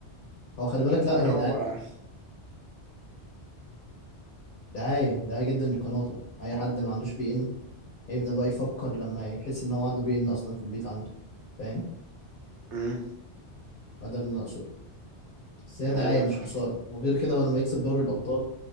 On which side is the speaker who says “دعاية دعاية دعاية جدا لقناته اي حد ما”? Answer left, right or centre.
Left